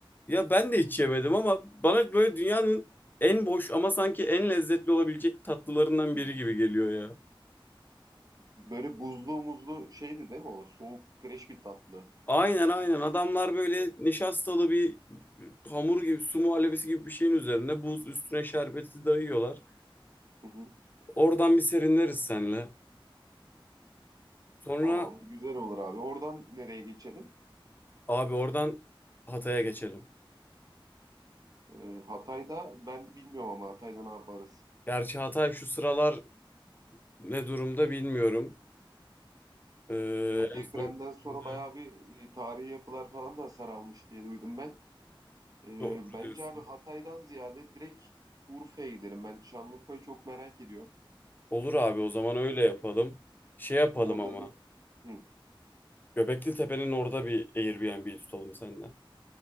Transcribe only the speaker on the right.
Hı.
Böyle buzlu muzlu şeydi değil mi o? Soğuk, fresh bir tatlı.
Hı hı.
Tamam, güzel olur abi. Oradan nereye geçelim?
Ee, Hatay'da ben bilmiyorum ama Hatay'da ne yaparız?
Ya depremden
sonra
bayağı bir e, tarihi yapılar falan da hasar almış diye duydum ben. Ee,
bence
abi Hatay'dan ziyade direkt Urfa'ya gidelim. Ben Şanlıurfa'yı çok merak ediyorum.
Orada
bir hı,